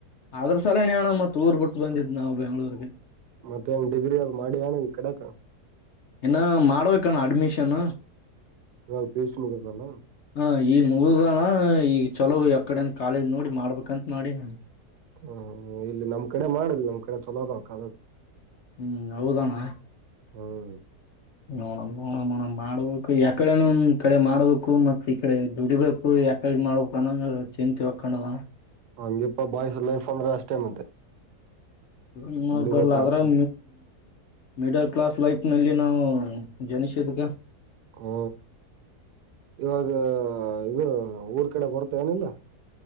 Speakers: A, on the left; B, on the right.
A: ಅದ್ರ ಸಲನ್ಣ ಮತ್ ಊರ್ ಬಿಟ್ಟು ಬಂದಿದ್ದ್ ನಾವು ಬೆಂಗ್ಳೂರ್ಗೆ
B: ಮತ್ತೆ ಹೆಂಗ್ ಡಿಗ್ರಿ ಅದು್ ಮಾಡಿ ಏನಂಗ ಕಡ್ಯಾಕ
A: ಇನ್ನ ಮಾಡ್ಬೇಕನ್ನ ಅಡ್ಮಿಷನ್
B: ಇವಾಗ ಪಿ ಯು ಸಿ ಮುಗಿದಲ್ಲ
A: ಹ ಈಗ ಮುಗದಣ ಈಗ ಚಲೋ ಯಕಡ ಕಾಲೇಜ್ ನೋಡಿ ಮಾಡ್ಬೇಕಂತ ಮಾಡಿನ್.
B: ಹ್ಮ ಇಲ್ಲಿ ನಮ್ ಕಡೆ ಮಾಡ ನಮ್ ಕಡೆ ಚಲೋ ಅದಾವ ಕಾಲೇಜ್.
A: ಹ್ಮ್ ಹೌದಣ.
B: ಹ್ಮ್.
A: ನೋಡೋಣ ನೋಣೋಣ ಅಣ್ಣ ಮಾಡುದ, ಎಕಡೆನು ಈ ಕಡೆ ಮಾಡ್ಬೇಕು ಮತ್ತೆ ಈ ಕಡೆ, ದುಡಿಬೇಕು ಯಾಕಡೆ ಮಾಡ್ಬೇಕು ಅನ್ನೋ ಚಿಂತಿ ಹೊಕ್ಕಂಡದ,
B: ಹಂಗಿಪ್ಪ ಬಾಯ್ಸ್ ಲೈಫ್ ಅಂದ್ರೆ ಅಷ್ಟೇ ಮತ್ತೆ
A: ಏನ ಮಾಡಾಕ
B: ದುಡಿಬೇಕು
A: ಬರಲ್ಲ ಅದ್ರಾಗ
B: ಮತ್ತೆ
A: ಮಿಡಲ್ ಕ್ಲಾಸ್ ಲೈಫ್ ನಲ್ಲಿ ನಾವು ಜನಿಸಿದಕ.
B: ಹ್ಮ ಇವಾಗ, ಇದು ಊರ್ ಕಡೆ ಬರ್ತಿ ಏನಿಲ್ಲ?